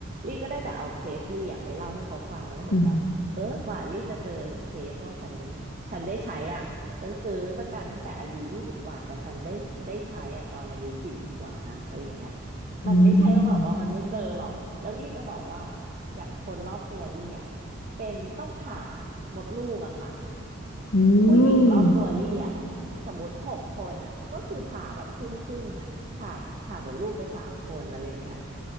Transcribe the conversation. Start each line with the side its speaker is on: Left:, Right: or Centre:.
Right: ลี่ก็ได้แต่เอาเคสลี่อะไปเล่าให้เขาฟังว่าเหมือนแบบเออกว่าลี่จะเจอเคสว่าฉัน
Left: อืม
Right: ฉันได้ใช้อ่ะฉันซื้อประกันตั้งแต่อายุยี่สิบกว่าแต่ฉันได้ได้ใช้อ่ะตอนอายุสี่สิบกว่านะอะไรอย่างเงี้ย
Left: อื
Right: มันไม่ใช่ว่าแบบว่ามันไม่เจอหรอกแล้วลี่จะบอกว่า
Left: ม
Right: อย่างคนรอบตัวลี่อ่ะเป็นต้องผ่ามดลูกอะค่ะ
Left: อื
Right: ผู้หญิงรอบตัวลี่อ่ะ
Left: ม
Right: สมมติหกคนอ่ะก็คือผ่าแบบครึ่งครึ่งนะผ่าผ่ามดลูกไปสามคนอะไรอย่างเงี้ย